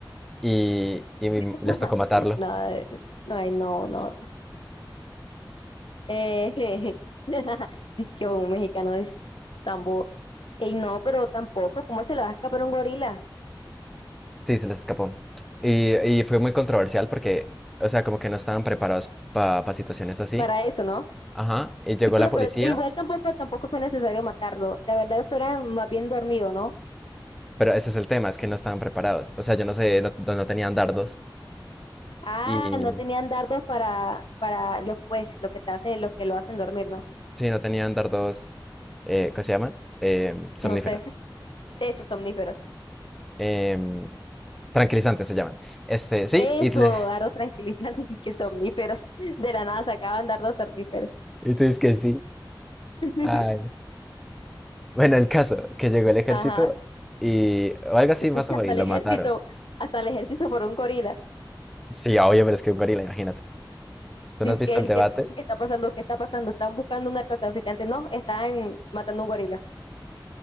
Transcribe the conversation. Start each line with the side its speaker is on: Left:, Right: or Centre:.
Centre: Y, y mi-
Left: <laughs>
Centre: les tocó matarlo.
Left: No, eh, no, ay, no, no. Eh, <laughs> dice que un mexicano es tan bobo. Ey, no, pero tampoco, ¿cómo se le va a escapar un gorila?
Centre: Sí, se les escapó. Y, y fue muy controversial porque, o sea, como que no estaban preparados para situaciones así.
Left: Para eso, ¿no?
Centre: Ajá, y llegó
Left: Y pero,
Centre: la policía,
Left: pero igual tampoco, tampoco fue necesario matarlo. La verdad fuera más bien dormido, ¿no?
Centre: pero ese es el tema, es que no estaban preparados. O sea, yo no sé, no, no- no tenían dardos.
Left: Ah,
Centre: Y
Left: no tenían dardos para, para los pues, lo que te hace, lo que lo hacen dormir, ¿no?
Centre: sí, no tenían dardos, eh, ¿qué se llaman? Em, somníferas.
Left: No sé. <laughs> Esos somníferos.
Centre: Em, tranquilizantes se llaman. Este, sí,
Left: Eso,
Centre: y, le-
Left: dardos tranquilizantes y que somníferos. <laughs> De la nada sacaban dardos somníferos.
Centre: <laughs> y tú dices que sí.
Left: <laughs>
Centre: Ay. Bueno, el caso, que llegó el ejército
Left: Ajá.
Centre: y o algo así pasó
Left: Pues Hasta
Centre: y
Left: el
Centre: lo
Left: ejército,
Centre: mataron.
Left: hasta el ejército por un gorila.
Centre: Sí, obvio, pero es que un gorila, imagínate. ¿Tú
Left: Dice
Centre: no has visto
Left: que el
Centre: el debate?
Left: que no sabe qué está pasando, qué está pasando. Están buscando un narcotraficante. No, están matando un gorila.